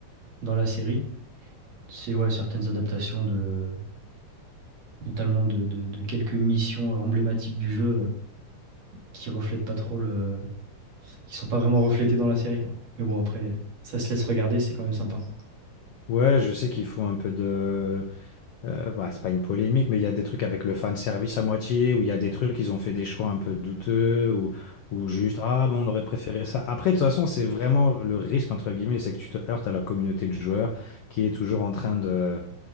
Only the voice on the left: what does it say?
Ouais, je sais qu'ils font un peu de... Euh, bah, c'est pas une polémique, mais il y a des trucs avec le fan service à moitié, où il y a des trucs, ils ont fait des choix un peu douteux, ou, ou juste, ah bon, on aurait préféré ça. Après, de toute façon, c'est vraiment le risque, entre guillemets, c'est que tu te heurtes à la communauté de joueurs qui est toujours en train de,